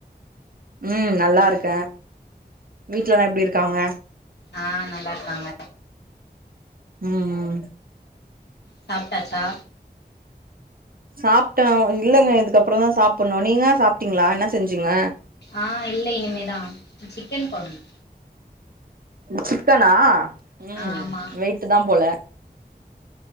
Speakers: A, on the right; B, on the left.
A: உம் நல்லா இருக்க வீட்லல்லா எப்டி இருக்காங்க
B: ஆ நல்லா இருக்காங்க
A: உம் உம்
B: சாப்ட்டாச்சா
A: சாப்ட்டோம் இல்லங்க இதுக்கப்புறந்தா சாப்பண்ணு நீங்க சாப்ட்டீங்களா என்ன செஞ்சிங்க
B: ஆ இல்ல இனிமேதா சிக்கன் குழம்பு
A: சிக்கனா உம்
B: ஆ ஆமா
A: வெயிட்டு தா போல